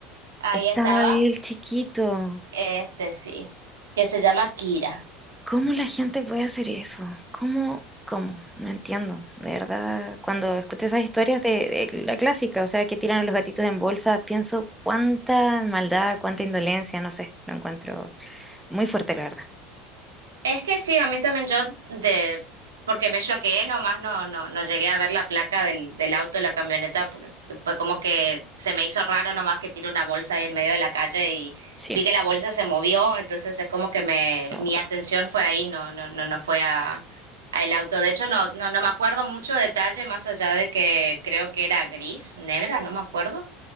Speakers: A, on the right; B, in the centre.
A: Ahí
B: Estaba
A: estaba,
B: él chiquito.
A: este sí, que se llama Kira.
B: ¿Cómo la gente puede hacer eso? ¿Cómo? ¿Cómo? No entiendo. De verdad, cuando escucho esas historias de, de la clásica, o sea, que tiran a los gatitos en bolsa, pienso cuánta maldad, cuánta indolencia, no sé, lo encuentro muy fuerte, la verdad.
A: Es que sí, a mí también yo de, porque me choqué, nomás no, no, no llegué a ver la placa del, del auto de la camioneta, porque fue como que se me hizo raro nomás que tiré una bolsa ahí en medio de la calle y
B: Sí.
A: vi que la bolsa se movió, entonces es como que me,
B: No.
A: mi atención fue ahí, no, no, no, no fue a, a el auto. De hecho, no, no, no me acuerdo mucho detalle, más allá de que creo que era gris, negra, no me acuerdo.